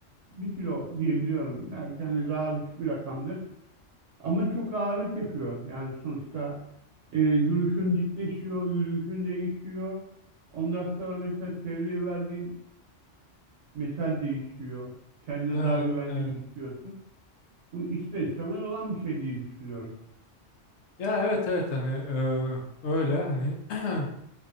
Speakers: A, on the right; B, on the left.
A: bir kilo diye biliyorum. Belki hani daha düşük bir rakamdır. Ama çok ağırlık yapıyor. Yani sonuçta e, duruşun dikleşiyor, yürüyüşün değişiyor. Ondan sonra mesela çevreye verdiğin mesel değişiyor. Kendine
B: evet,
A: daha güvenli
B: evet.
A: gözüküyorsun. Bu ister istemez olan bir şey diye düşünüyorum.
B: Ya evet evet hani e, öyle hani <clears throat>